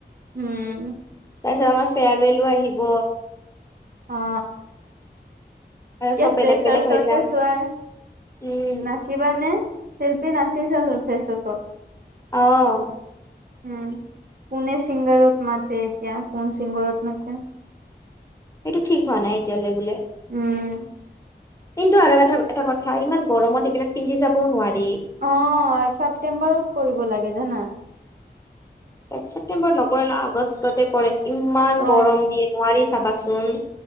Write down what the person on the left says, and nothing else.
তাৰ পিছত আমাৰ ফেয়াৰৱেলো আহিব
চব বেলেগ
বেলেগ হৈ যাম
উম
অ
সেইটো ঠিক হোৱা নাই এতিয়ালৈ বোলে
কিন্তু আৰু এটা এটা কথা ইমান গৰমত এইবিলাক পিন্ধি যাবও নোৱাৰি
ছেপটেম্বৰত নকৰে ন আগষ্টতে কৰে ইমান
গৰম দিয়ে নোৱাৰি চাবাচোন